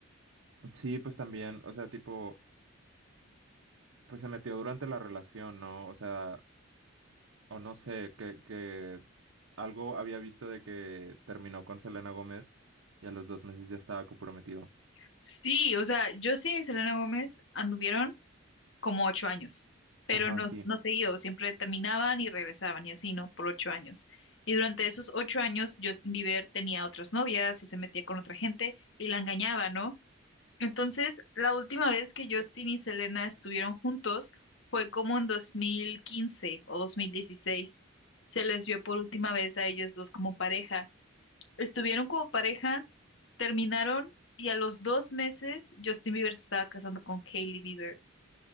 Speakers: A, on the right (about 75°); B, on the left (about 60°).
A: Sí, pues también, o sea, tipo, pues se metió durante la relación, ¿no? O sea, o no sé, que, que algo había visto de que terminó con Selena Gómez y a los dos meses ya estaba comprometido.
B: Sí, o sea, Justin y Selena Gómez anduvieron como ocho años, pero
A: Ajá,
B: no,
A: sí.
B: no seguido, siempre terminaban y regresaban y así, ¿no? Por ocho años. Y durante esos ocho años, Justin Bieber tenía otras novias y se metía con otra gente y la engañaba, ¿no? Entonces, la última vez que Justin y Selena estuvieron juntos fue como en 2015 o 2016. Se les vio por última vez a ellos dos como pareja. Estuvieron como pareja, terminaron y a los dos meses Justin Bieber se estaba casando con Hailey Bieber.